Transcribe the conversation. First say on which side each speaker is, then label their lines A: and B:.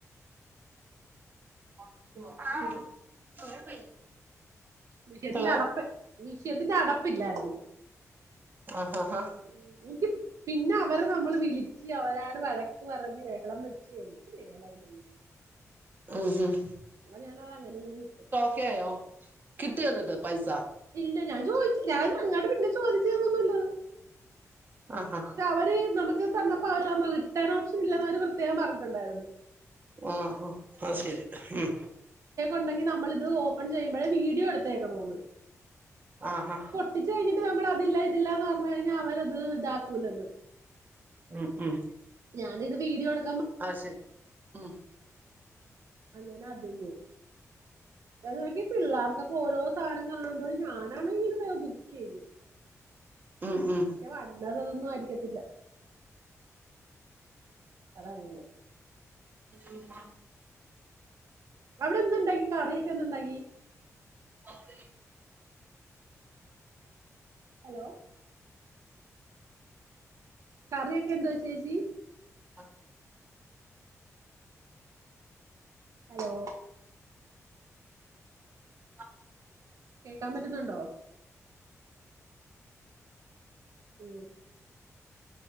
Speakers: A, on the right (about 35°); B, on the right (about 65°).
A: <unintelligible>
B: മിഷിയത്തിന്റെ
A: ഹലോ
B: അടപ്പ്, മിഷിയത്തിന്റെ അടപ്പില്ലായിരുന്നു.
A: ആ ഹാ ഹാ
B: <unintelligible> പിന്നെ അവര് നമ്മള് വിളിച്ച്, അവരാട് വഴക്ക് പറഞ്ഞ്, ബഹളം വെച്ച് എനിക്ക് മേല അയ്നൊന്നും.
A: അം ഹും
B: <unintelligible> അങ്ങനീം വിട്ട്
A: ക്കേയോ. കിട്ട്യോ ന്ന്ട്ട് പൈസ?
B: ഇല്ല ഞാൻ ചോയ്ച്ച്, ഞാനു അങ്ങാട്ട് പിന്നെ ചോദിച്ച് ചെന്നൊന്നുമില്ല.
A: ആഹാ
B: അവര് നമക്ക് തന്നപ്പൊ അവര് പറഞ്ഞു, റിട്ടേൺ ഓപ്ഷൻ ഇല്ലെന്ന് അവര് പ്രത്യേകം പറഞ്ഞിട്ടുണ്ടായിര്ന്ന്.
A: ആഹ അത് ശരി. മ്ഹ്
B: ഉണ്ടെങ്കി നമ്മളിത് ഓപ്പൺ ചെയ്യുമ്പഴേ വീഡിയോ എടുത്തേക്കണമെന്ന്.
A: ആഹാ.
B: പൊട്ടിച്ച് കഴിഞ്ഞിട്ട് നമ്മളതില്ല, ഇതില്ല എന്ന് പറഞ്ഞ് കഴിഞ്ഞാ, അവരത് താക്കൂലന്ന്.
A: ഉം ഉം
B: ഞാനിത് വീഡിയോ എട്
A: അത് ശരി മ്മ്ഹ്.
B: അങ്ങനെ അതും പോയി. <unintelligible> പിള്ളാർക്കൊക്കെ ഓരോ സാനം കാണുമ്പഴും ഞാനാണങ്കില് പ ബുകെയ്യും
A: ഉം ഉം
B: വന്നത് അതൊന്നും ആയിരിക്കത്തില്ല. അതങ്ങനെ.
A: <unintelligible>
B: അവിടെ എന്തുണ്ടാക്കി, കറിയൊക്കെ എന്തുണ്ടാക്കി?
A: <unintelligible>
B: ഹലോ. കറിയൊക്കെ എന്തോ ചേച്ചീ?
A: ആഹ്
B: ഹലോ.
A: <unintelligible>
B: കേക്കാൻ പറ്റുന്നുണ്ടോ? മ്ഹ്